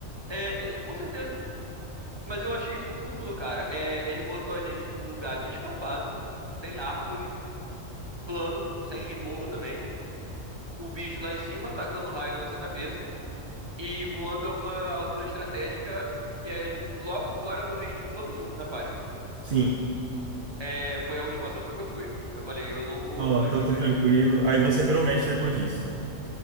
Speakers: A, on the right (about 20°); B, on the right (about 50°).
A: É, é, com certeza. Mas eu achei isso o cúmulo, cara. É, ele botou a gente num lugar descampado, sem árvore, plano, sem morro também. O bicho lá em cima atacando raio na nossa cabeça e voando a uma altura estratégica que é ju- logo fora do range de todo mundo na party.
B: Sim.
A: É, foi a última sessão que eu fui. Eu falei, eu não vou
B: Ó,
A: mais
B: tô,
A: jogar
B: tô tranquilo.
A: isso.
B: Aí você virou mestre depois disso.